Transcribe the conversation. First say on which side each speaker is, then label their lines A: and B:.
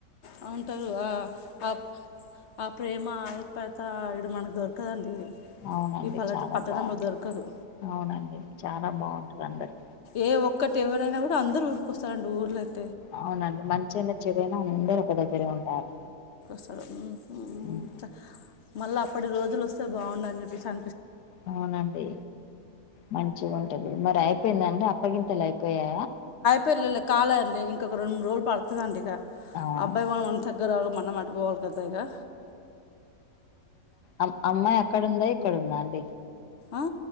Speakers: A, on the left (about 50°); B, on the left (about 80°).
A: ఆ వుంటారు ఆ ఆ ప్రేమ ఆప్యాయత ఇడ మనకు దొరకదండి
B: అవునండి
A: ఈ పల్లెటూ
B: చాలా
A: పట్టణంలో
B: బాగుంటది
A: దొరకదు
B: అవునండి చాలా బాగుంటారు అందరు
A: ఏ ఒక్కటి ఎవరైనా కూడా అందరు ఊరుకొస్తారండి ఊర్ళకి
B: అవునండి మంచైనా చెడైనా అందరు ఒక దగ్గరే ఉంటారు
A: స్త
B: ఉమ్,
A: మళ్ళా అప్పటి రోజులు వస్తే బాగుండూ అని చెప్పేసి అ
B: అవునండి మంచిగా ఉంటది మరి అయిపోయిందా అండి అప్పగింతలు అయిపోయాయా
A: పెళ్ళిలో కాలే అండి ఇంక రెండు మూడు రోజులు పడుతద అంట ఇక
B: అవునా
A: అబ్బాయి వాళ్ళు మన తగ్గర రారు మనం అటుపోవాల గదే గా
B: అం అమ్మాయి అక్కడ ఉందా ఇక్కడ ఉందా అండి
A: ఆ